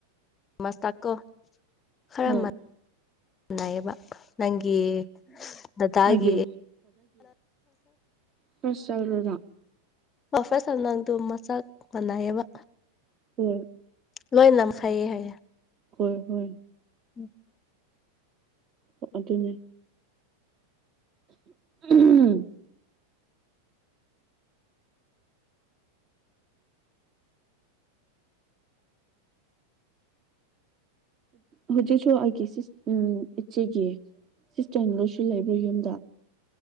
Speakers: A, on the left; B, on the right.
A: ꯃꯁꯇꯥꯛꯀꯣ ꯈꯔꯅꯥꯏꯌꯦꯕ
B: ꯍꯣꯏ
A: ꯅꯪꯒꯤ ꯗꯗꯒꯦ
B: ꯃꯥꯒꯤ ꯐꯔ ꯆꯂꯨꯔ
A: ꯑꯣ ꯐꯁ ꯅꯪꯗꯣ ꯃꯆꯥꯥꯛ ꯃꯅꯥꯏꯌꯦꯕ
B: ꯍꯣꯏ
A: ꯂꯣꯏ ꯅꯝ ꯈꯥꯏꯌꯦ ꯍꯥꯏꯥꯏꯌꯦ
B: ꯍꯣꯏ ꯍꯣꯏ
A: ꯎꯝ
B: ꯑꯗꯨ ꯑꯗꯨꯅꯦ ꯎꯝ ꯍꯧꯖꯤꯦꯁꯨꯒ ꯁꯤ ꯎꯝ ꯏꯆꯦꯒꯤ ꯁꯤꯁꯇꯔꯅ ꯂꯣꯏꯁꯨ ꯂꯩꯕ꯭ꯔꯥ ꯌꯨꯝꯗ